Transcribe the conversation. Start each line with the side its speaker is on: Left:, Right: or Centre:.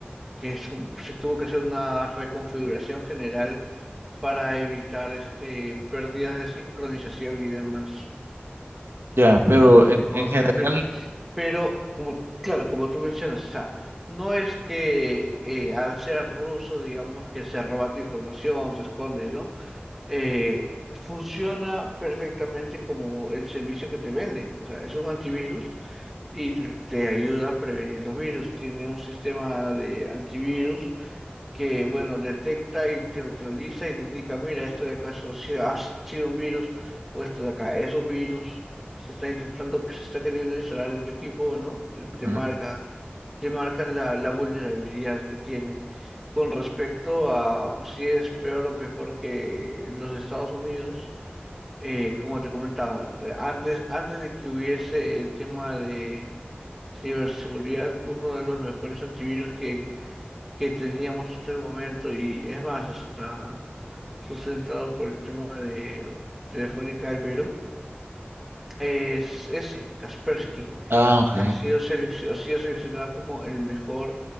Centre: que su- se tuvo que hacer una reconfiguración general para evitar este, pérdidas de sincronización y demás
Right: Ya, pero
Centre: con,
Right: en,
Centre: con
Right: en general...
Centre: el cliente Pero, como, claro, como tú mencionas, o sea, no es que eh, al ser ruso, digamos, que se roba tu información, se esconde, ¿no? Eh, funciona perfectamente como el servicio que te venden. O sea, es un antivirus y te, te ayuda a prevenir los virus. Tiene un sistema de antivirus que, bueno, detecta y neutraliza y te indica, mira, esto de acá so- si ha sido un virus o esto de acá es un virus, se está intentando, se está queriendo instalar en tu equipo, ¿no? Te, te
Right: ujú.
Centre: marca, te marca la, la vulnerabilidad que tiene. Con respecto a si es peor o mejor que los Estados Unidos, eh, como te comentaba, eh, antes, antes de que hubiese el tema de ciberseguridad, uno de los mejores antivirus que que teníamos hasta el momento y es más, hasta sustentado por el tema de Telefónica del Perú, es ese, Kaspersky.
Right: Ah, ok.
Centre: Ha sido selec- ha sido seleccionado como el mejor